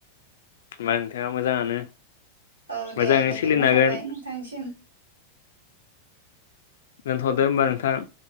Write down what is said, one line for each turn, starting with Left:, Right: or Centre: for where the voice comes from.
Left: होमबा नोंथाङा मोजाङानो।
Right: औ
Left: मोजाङैनो
Right: दे गोजोननाय
Left: सोलिनो हागोन
Right: थाबाय नोंथांनिसिम
Left: दोनथ'दो होमबा नोंथां